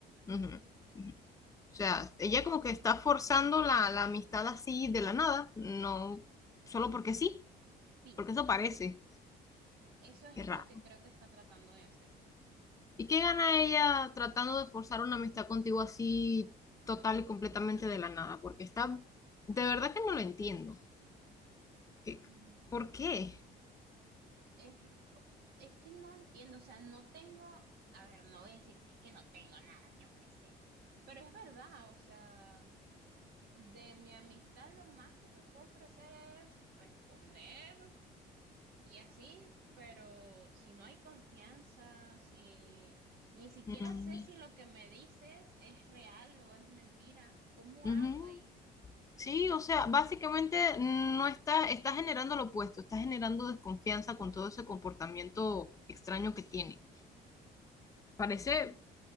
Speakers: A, on the left; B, on the right.
A: ujú, ujú. O sea, ella como que está forzando la, la amistad así de la nada, no solo porque sí,
B: Sí,
A: porque eso parece.
B: sí. Eso es
A: Qué raro.
B: lo que creo que está tratando de hacer.
A: ¿Y qué gana ella tratando de forzar una amistad contigo así total y completamente de la nada? Porque está, de verdad que no lo entiendo. ¿Qué-
B: Mm,
A: ¿Por qué?
B: Es, es que no entiendo, o sea, no tengo, a ver, no voy a decir, es que no tengo nada que ofrecer, pero es verdad, o sea, De mi amistad lo más que te puedo ofrecer es responder y así, pero si no hay confianza, si ni siquiera
A: Mm,
B: sé si lo que me dices es real o es mentira, ¿cómo
A: ujú.
B: hago ahí?
A: Sí, o sea, básicamente no está, está generando lo opuesto, está generando desconfianza con todo ese comportamiento extraño que tiene. Parece,
B: Mm.